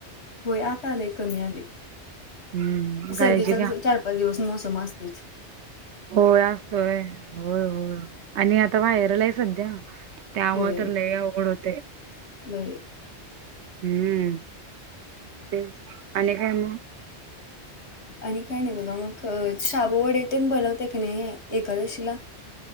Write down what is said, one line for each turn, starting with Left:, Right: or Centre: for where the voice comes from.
Left: होय आता आलेय कमी आले
Right: हम्म
Left: सर्दीचा
Right: काळजी घ्या
Left: कस चार पाच दिवस मोसम असतोयच.
Right: होय असतोय. होय होय आणि आता व्हायरलाय सध्या त्यामुळ
Left: होय
Right: तर लय अवघड होते.
Left: लय.
Right: हम्म तेच आणि काय मगं.
Left: आणि काय नाही बघा मग शाबूवडे तेन बनवताय का नाही एकादशीला?